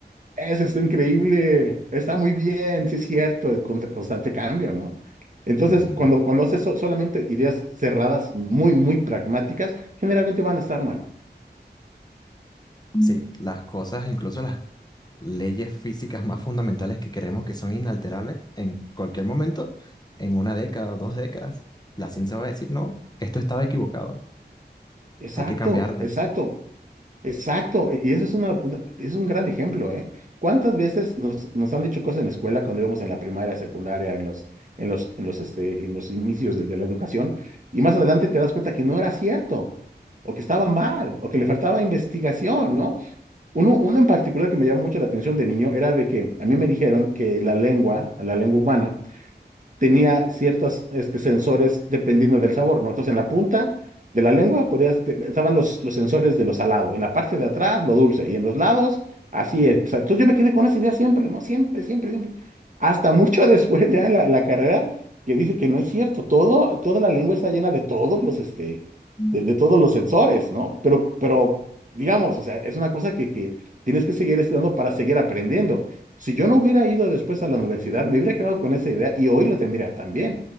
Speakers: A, on the right (about 45°); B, on the left (about 25°).
A: Eso está increíble. Está muy bien, sí es cierto, el con- constante cambio, ¿no? Entonces,
B: Ujú.
A: cuando, cuando haces so- solamente ideas cerradas, muy, muy pragmáticas, generalmente van a estar mal.
B: Sí, las cosas, incluso las leyes físicas más fundamentales que creemos que son inalterables, en cualquier momento, en una década o dos décadas, la ciencia va a decir, no, esto estaba equivocado,
A: Exacto,
B: hay que cambiarla.
A: exacto. Exacto, y y eso es una, una- es un gran ejemplo, ¿eh? ¿Cuántas veces nos, nos han dicho cosas en la escuela cuando íbamos en la primaria, secundaria, en los, en los, en los, este, en los inicios de, de la educación? Y más adelante te das cuenta que no era cierto, o que estaba mal, o que le faltaba investigación, ¿no? Uno, uno en particular que me llamó mucho la atención de niño era de que a mí me dijeron que la lengua, la lengua humana, tenía ciertos este, sensores dependiendo del sabor, ¿no? Entonces, en la punta de la lengua podías, te- estaban los, los sensores de lo salado, en la parte de atrás lo dulce y en los lados, así es. Exa- Entonces, yo me quedé con esa idea siempre, ¿no? Siempre, siempre, siempre. Hasta mucho <laughs> después ya en la, la carrera, que dice que no es cierto, todo, toda la lengua está llena de todos los, este,
B: Mm.
A: de, de todos los sensores, ¿no? Pero, pero, digamos, o sea, es una cosa que, que tienes que seguir estudiando para seguir aprendiendo. Si yo no hubiera ido después a la universidad, me hubiera quedado con esa idea y hoy lo tendría también,